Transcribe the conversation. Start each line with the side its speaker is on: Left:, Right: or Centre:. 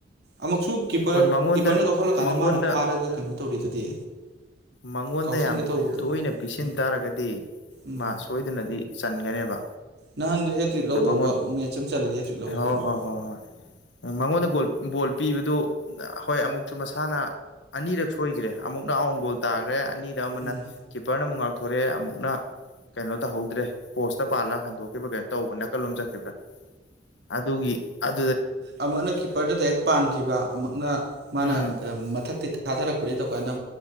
Right: ꯑꯃꯨꯛꯁꯨ ꯀꯤꯞꯄꯔ
Left: ꯍꯣꯏ ꯃꯉꯣꯟꯗ
Right: ꯀꯤꯞꯄꯔꯅ ꯀꯥꯎꯈꯠꯂꯀꯥꯟꯗ
Left: ꯃꯉꯣꯟꯗ
Right: ꯃꯥꯅ ꯐꯥꯔꯒ ꯀꯩꯅꯣ ꯇꯧꯔꯤꯗꯨꯗꯤ
Left: ꯃꯉꯣꯟꯗ
Right: ꯀꯥꯎꯁꯟꯒꯦ
Left: ꯌꯥꯝ
Right: ꯇꯧꯕꯗꯣ
Left: ꯇꯣꯏꯅ ꯄꯤꯁꯤꯟ
Right: ꯎꯝ
Left: ꯇꯥꯔꯒꯗꯤ
Right: ꯎꯝ
Left: ꯃꯥ ꯁꯣꯏꯗꯅꯗꯤ ꯆꯟꯒꯅꯦꯕ
Right: ꯅꯍꯥꯟꯗꯨ ꯍꯦꯇ꯭ꯔꯤꯛ ꯂꯧꯗꯧꯕ
Left: ꯑꯗꯣ ꯃꯉꯣꯟ
Right: ꯃꯦꯠꯆ ꯑꯃ ꯆꯠꯂꯗꯤ ꯍꯦꯇ꯭ꯔꯤꯛ ꯂꯧꯔꯦ
Left: ꯍꯣꯏ
Right: ꯀꯩꯅꯣ
Left: ꯍꯣꯏ ꯍꯣꯏ ꯍꯣꯏ ꯃꯉꯣꯟꯗ ꯒꯣꯜ ꯕꯣꯜ ꯄꯤꯕꯗꯨ ꯍꯣꯏ ꯑꯃꯨꯛꯁꯨ ꯃꯁꯥꯅ ꯑꯅꯤꯔꯛ ꯁꯣꯏꯒꯔꯦ ꯑꯃꯨꯛꯅ ꯑꯥꯎꯟ ꯒꯣꯜ ꯇꯥꯔꯦ ꯗꯩ ꯑꯅꯤꯗ ꯑꯃꯅ
Right: ꯎꯝ
Left: ꯀꯤꯞꯄꯔꯅ ꯑꯃꯨꯛ ꯉꯥꯛꯊꯣꯔꯛꯑꯦ ꯑꯃꯨꯛꯅ ꯀꯩꯅꯣ ꯇꯧꯍꯧꯗ꯭ꯔꯦ ꯄꯣꯁꯇ ꯄꯥꯜꯂ ꯍꯟꯗꯣꯛꯈꯤꯕꯥ ꯀꯩꯅꯣ ꯇꯧꯕ ꯅꯥꯀꯟ ꯂꯣꯝ ꯆꯠꯈꯤꯕ꯭ꯔꯥ ꯑꯗꯨꯒꯤ ꯑꯠ
Right: ꯑꯃꯨꯛꯅ ꯀꯤꯞꯄꯔꯗ ꯗꯥꯏꯔꯦꯛ ꯄꯥꯟꯈꯤꯕ ꯑꯃꯨꯛꯅ ꯃꯥꯅ
Left: ꯎꯝ
Right: ꯀ ꯃꯊꯛꯇꯩ ꯊꯥꯗꯔꯛ ꯐꯣꯔꯦ ꯇꯧꯀꯥꯟꯗ